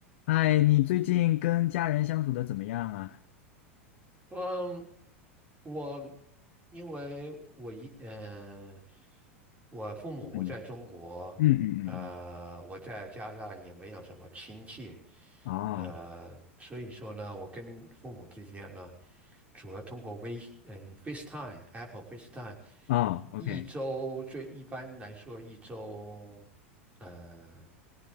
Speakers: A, on the left (about 60°); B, on the right (about 20°).
A: 哎，你最近跟家人相处的怎么样啊？
B: 嗯，我因为我一嗯、呃我父母在中国，
A: 嗯嗯嗯嗯
B: 呃，我在加拿大也没有什么亲戚，
A: 嗯，哦
B: 呃，所以说呢，我跟父母之间呢，主要通过微嗯 FaceTime、Apple FaceTime，
A: 哦，OK，
B: 一周最一般来说一周。呃